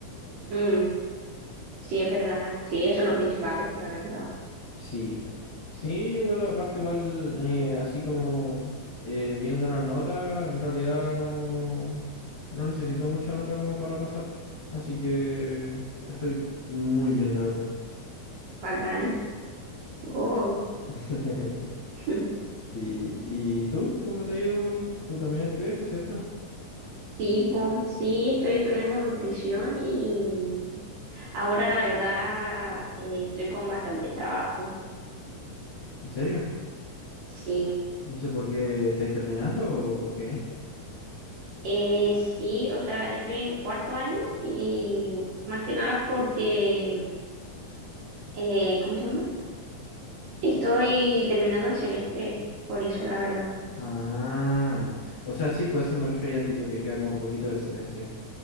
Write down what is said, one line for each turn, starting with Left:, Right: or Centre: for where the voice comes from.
Right: mm, sí, es verdad. Sí, eso es lo principal, la verdad.
Left: Sí, sí, igual aparte, igual eh, así como eh, viendo las notas, en realidad no, no necesito mucha nota como para pasar, así que estoy muy bien, la verdad.
Right: Bacán. Oh,
Left: <laughs>
Right: <laughs>
Left: Sí, ¿y tú? ¿Cómo te ha ido? ¿Tú también estudias, por cierto?
Right: tipo, sí, estoy estudiando nutrición y ahora la verdad eh, estoy con bastantes trabajos.
Left: ¿En serio?
Right: Sí.
Left: ¿Y eso por qué estáis terminando o o qué?
Right: Eh, sí, o sea, estoy en cuarto año y más que nada porque, eh, ¿cómo se llama? Estoy terminando el semestre, por eso la verdad.
Left: Ah, o sea, sí, pues eso me refería, tipo, te queda como poquito del semestre.